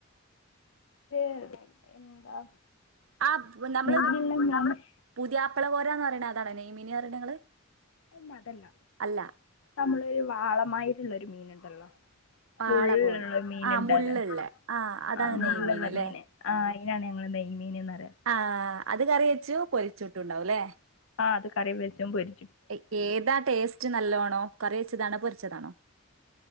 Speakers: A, on the left; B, on the right.
A: ശ എന്താ
B: ആ ത്തു ന്നമ്മ്ള്
A: നെയ്യുള്ള മീൻ
B: പുതിയാപ്പള കോരാന്നറയണ അതാണോന്നെയ്മീന് പറയണ് നിങ്ങള്
A: അല്ല അതല്ല
B: അല്ല
A: ന്നമ്മ്ള് വാളമായിരുള്ളോരു മീനുണ്ടല്ലോ
B: പാള
A: മുള്ള്ള്ള
B: പോലെ
A: മീൻ
B: ആഹ്
A: ഇണ്ടല്ലോ
B: മുള്ള്ള്ളെ ആഹ് അതാണ്
A: ആ മുള്ളുള്ള
B: നെയ്മീന് ല്ലേ
A: മീന് ആ അയ്നാണ് ഞങ്ങള് ന്നെയ്മീന് ന്ന
B: ആ അത് കറി വെച്ചു പൊരിച്ചുട്ടുണ്ടാവുല്ലേ
A: ആഹ അത് കറി വേച്ചും പോരി
B: എക്ക് ഏതാ ട്ടേസ്റ്റ് ന്നല്ലോണോം കറി വെച്ചതാണോ പൊരിച്ചതാണോ